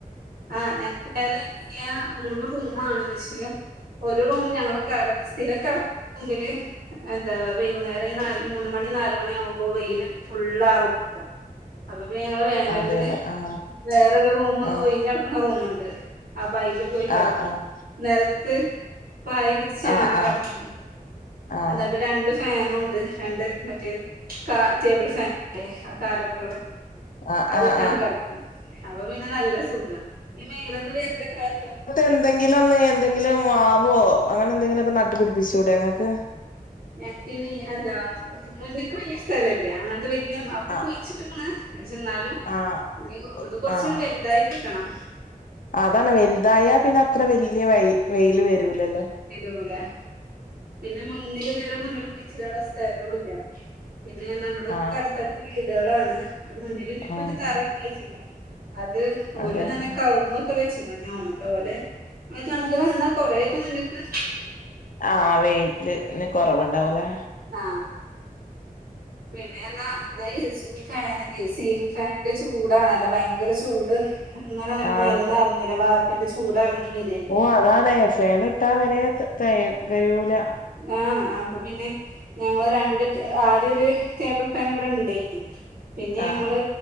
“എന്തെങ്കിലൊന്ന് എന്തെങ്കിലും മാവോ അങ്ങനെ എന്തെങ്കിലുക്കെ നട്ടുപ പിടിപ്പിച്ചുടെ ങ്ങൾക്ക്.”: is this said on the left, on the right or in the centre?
Left